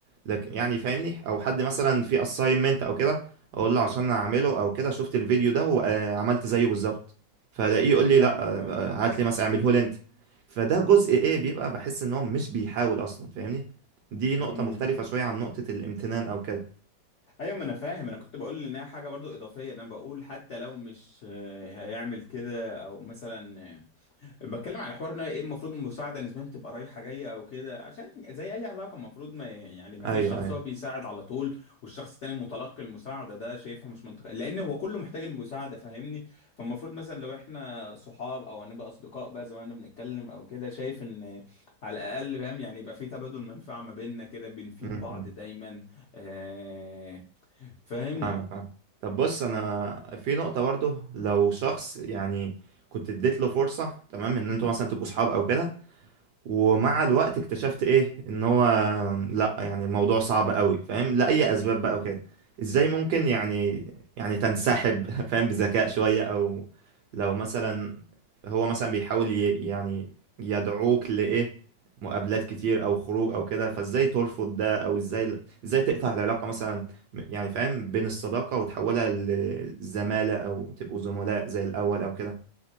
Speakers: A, on the right; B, on the left.
A: لكن يعني فاهمني او حد مثلا في assignment او كده اقول له عشان اعمله او كده شفت الفيديو ده وعملت زيه بالظبط فلاقيه يقول لي
B: فاهمك
A: لا آه،
B: أه
A: آه، هات لي مثلا اعمله لي انت فده جزء ايه بيبقى بحس ان هو مش بيحاول اصلا فاهمني دي
B: إمم.
A: نقطه مختلفه شويه عن نقطه الامتنان او كده
B: ايوه ما انا فاهم انا كنت بقول انها حاجه برضو اضافيه انا بقول حتى لو مش آه، هيعمل كده او مثلا آه، بتكلم على حوار ان هي ايه المفروض المساعده نسبيا تبقى رايحه جايه او كده عشان زي اي علاقه المفروض ما يعني ما
A: ايوه
B: فيش شخص
A: ايوه
B: هو بيساعد على طول والشخص التاني متلقي المساعده ده شايفها مش منطقي لان هو كله محتاج المساعده فاهمني فالمفروض مثلا لو احنا صحاب او هنبقى اصدقاء بقى زي ما احنا بنتكلم او كده شايف ان على الاقل فاهم يعني يبقى في تبادل منفعه ما بيننا كده بنفيد
A: م-
B: بعض
A: م.
B: دايما آه فاهم
A: فاهمك فاهم طب بص انا في نقطه برضو لو شخص يعني كنت اديت له فرصه تمام ان انتوا مثلا تبقوا صحاب او كده ومع الوقت اكتشفت ايه ان هو لا يعني الموضوع صعب قوي فاهم لأي اسباب بقى وكده ازاي ممكن يعني يعني تنسحب <laughs> فاهم بذكاء شوية او لو مثلا هو مثلا بيحاول ي- يعني يدعوك لإيه مقابلات كتير او خروج او كده فازاي ترفض ده او ازاي ازاي تقطع العلاقة مثلا يعني فاهم بين الصداقة وتحولها لزمالة او تبقوا زملاء زي الاول او كده